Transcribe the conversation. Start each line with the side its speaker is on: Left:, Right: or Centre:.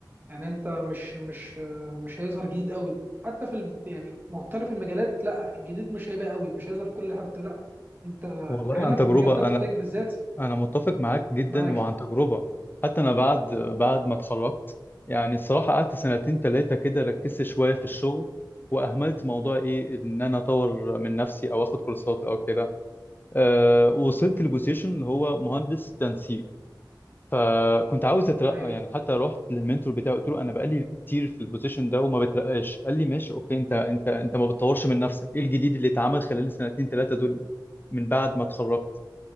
Right: يعني انت مش مش مش هيظهر جديد قوي حتى في ال... يعني مختلف المجالات لا الجديد مش هيبقى قوي مش هيظهر في كل حته لا انت
Left: والله
Right: هنا
Left: عن
Right: في
Left: تجربة
Right: المجال ده في
Left: انا
Right: التك بالذات
Left: انا متفق معاك جدا
Right: معاك
Left: وعن تجربة حتى انا بعد بعد ما اتخرجت يعني الصراحة قعدت سنتين ثلاثة كده ركزت شوية في الشغل واهملت موضوع ايه ان انا اطور من نفسي او اخد كورسات او كده آه، وصلت لبوزيشن اللي هو مهندس تنسيق فكنت عاوز اترقى
Right: ايوه
Left: يعني حتى رحت للمنتور بتاعي قلت له انا بقالي كتير في البوزيشن ده وما بترقاش قال لي ماشي اوكي انت انت انت ما بتطورش من نفسك ايه الجديد اللي اتعمل خلال السنتين ثلاثه دول من بعد ما اتخرجت